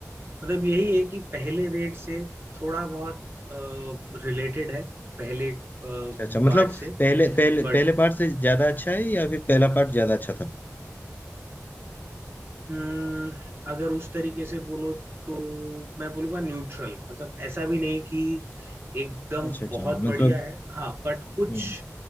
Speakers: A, on the right (about 45°); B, on the left (about 35°).
A: मतलब यही है कि पहले रेड से थोड़ा बहुत रिलेटेड है पहले पार्ट
B: अच्छा अच्छा मतलब
A: से
B: पहले पहले
A: बट
B: पहले पार्ट से ज्यादा अच्छा है या फिर पहला पार्ट ज्यादा अच्छा था
A: हम्म, अगर उस तरीके से बोलो तो मैं बोलूंगा न्यूट्रल मतलब ऐसा भी नहीं कि एकदम
B: अच्छा अच्छा
A: बहुत
B: मतलब
A: बढ़िया है हाँ बट कुछ
B: हम्म